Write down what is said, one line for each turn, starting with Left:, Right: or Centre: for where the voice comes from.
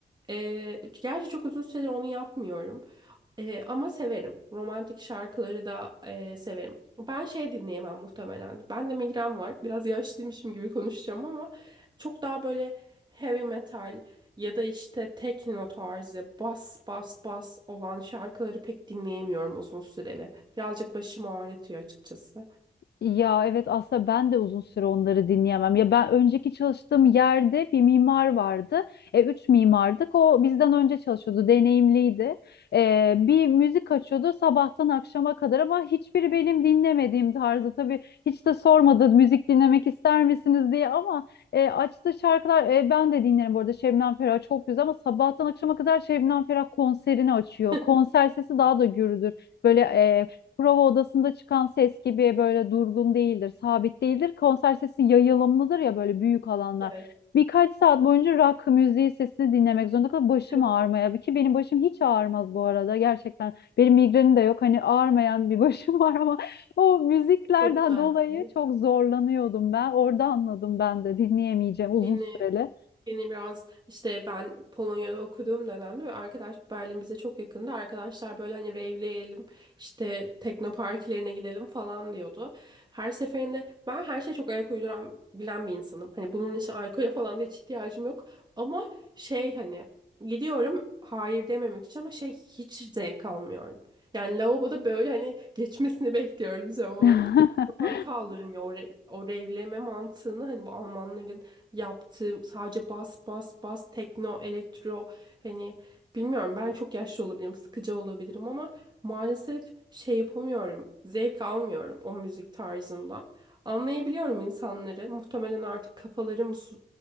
Right: Ee, gerçi çok uzun süredir onu yapmıyorum. Ee, ama severim. Romantik şarkıları da e, severim. Ben şey dinleyemem muhtemelen. Ben de migren var. Biraz yaşlıymışım gibi konuşacağım ama çok daha böyle heavy metal, ya da işte tekno tarzı bas bas bas olan şarkıları pek dinleyemiyorum uzun süreli. Birazcık başımı ağrıtıyor açıkçası.
Left: Ya evet aslında ben de uzun süre onları dinleyemem. Ya ben önceki çalıştığım yerde bir mimar vardı. E, üç mimardık. O bizden önce çalışıyordu, deneyimliydi. E, bir müzik açıyordu sabahtan akşama kadar ama hiçbiri benim dinlemediğim tarzı. Tabii hiç de sormadı müzik dinlemek ister misiniz diye ama e, açtığı şarkılar e, ben de dinlerim bu arada. Şebnem Ferah çok güzel ama sabahtan akşama kadar Şebnem Ferah konserini açıyor.
Right: <laughs>
Left: Konser sesi daha da gürüdür. Böyle e, prova odasında çıkan ses gibi böyle durgun değildir, sabit değildir. Konser sesi yayılımlıdır ya böyle büyük alanlar.
Right: Evet.
Left: Birkaç saat boyunca rock müziği sesini dinlemek zorunda kalıp başım
Right: <laughs>
Left: ağrımaya. Ki benim başım hiç ağrımaz bu arada gerçekten. Benim migrenim de yok hani ağrımayan bir <laughs> başım var ama <laughs> o müziklerden
Right: Çok güzel
Left: dolayı
Right: bir şey.
Left: çok zorlanıyordum ben. Orada anladım ben de dinleyemeyeceğim uzun
Right: Beni
Left: süreli.
Right: Beni biraz işte ben Polonya'da okuduğum dönemde ve arkadaş Berlin bize çok yakındı. Arkadaşlar böyle hani rave'leyelim işte tekno partilerine gidelim falan diyordu. Her seferinde ben her şeye çok ayak uyduran bilen bir insanım. Hani bunun için alkole falan da hiç ihtiyacım yok. Ama şey hani gidiyorum hayır dememek için ama şey hiç zevk almıyorum. Yani lavaboda böyle hani geçmesini bekliyorum zamanın.
Left: <laughs>
Right: Kafam kaldırmıyor o, re- o rave'leme mantığını hani bu Almanların yaptığım sadece bas bas bas tekno, elektro hani bilmiyorum ben çok yaşlı olabilirim, sıkıcı olabilirim ama maalesef şey yapamıyorum. Zevk almıyorum o müzik tarzından. Anlayabiliyorum insanları. Muhtemelen artık kafaları mı su-